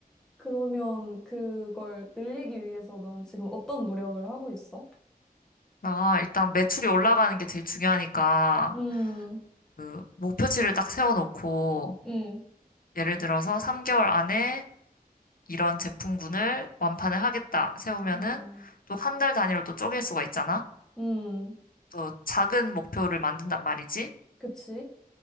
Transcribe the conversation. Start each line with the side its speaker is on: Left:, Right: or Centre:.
Centre: 그러면 그걸 늘리기 위해서 넌 지금 어떤 노력을 하고 있어?
Left: 나 일단 매출이 올라가는 게 제일 중요하니까
Centre: 음,
Left: 그 목표치를 딱 세워놓고
Centre: 음,
Left: 예를 들어서 3개월 안에 이런 제품군을 완판을 하겠다 세우면은
Centre: 와,
Left: 또 한 달 단위로 또 쪼갤 수가 있잖아.
Centre: 음,
Left: 또 작은 목표를 만든단 말이지.
Centre: 그치?